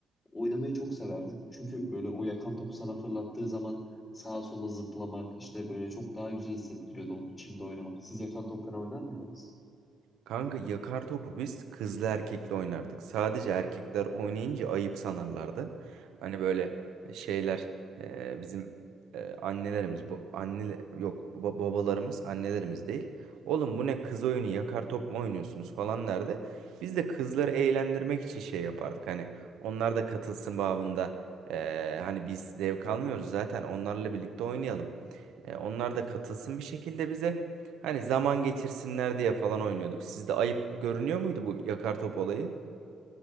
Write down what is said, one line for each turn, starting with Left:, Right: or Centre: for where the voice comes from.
Left: oynamayı çok severdik. Çünkü böyle o yakan topu sana fırlattığı zaman sağa sola zıplamak işte böyle çok daha güzel hissettiriyordu onu çimde oynamak. Siz yakan top falan oynar mıydınız?
Right: Kanka yakar topu biz kızlı erkekli oynardık. Sadece erkekler oynayınca ayıp sanarlardı. Hani böyle e, şeyler e, bizim e, annelerimiz bu anne yok ba- babalarımız annelerimiz değil. Oğlum bu ne kız oyunu yakar top mu oynuyorsunuz falan derdi. Biz de kızları eğlendirmek için şey yapardık. Hani onlar da katılsın babında. e, hani biz zevk almıyoruz zaten onlarla birlikte oynayalım. E, onlar da katılsın bir şekilde bize. Hani zaman geçirsinler diye falan oynuyorduk. Sizde ayıp görünüyor muydu bu yakar top olayı?